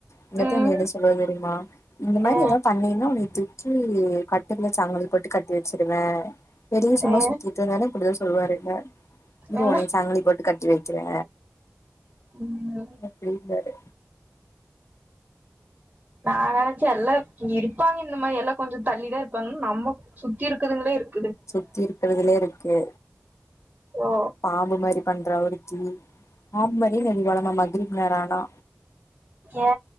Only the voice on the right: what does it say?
ம்
அ
அ
அ
ம்
நா நெனச்ச எல்லா இருப்பாங்க இந்த மாரி எல்லா கொஞசோ தள்ளிதா இருப்பாங்க நம்ம சுத்தி இருக்குதுகளே இருக்
ஓ
ஏ